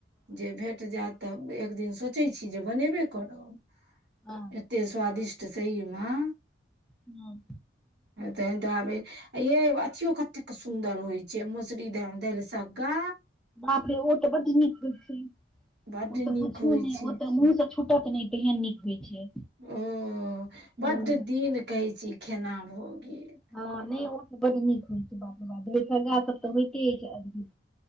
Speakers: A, on the right; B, in the centre.
A: जे भे- जायत तऽ एक दिन सोचै छी जे बनेबे करब
B: हँ
A: एते स्वादिष्ट त सहीमे
B: हाँ
A: तहन तऽ आबै येए अथियो कतेक सु - सुन्दर होइ छै मसुरी देल सागा
B: बाप रे ओ तऽ बड नीक होई छै
A: बड्ड
B: ओ तऽ
A: नीक
B: पूछू
A: होइ
B: ने
A: छै
B: ओ तऽ मुह से छू- -ट त नहि तेहन नीक होइ छै
A: ओ
B: हँ
A: बड्ड दिन कहै छी खेना भ गेल
B: हाँ नहि ओ त बड नीक होइत छै बाप रे बाप दलि सगा सभ तऽ होइते अछि अद -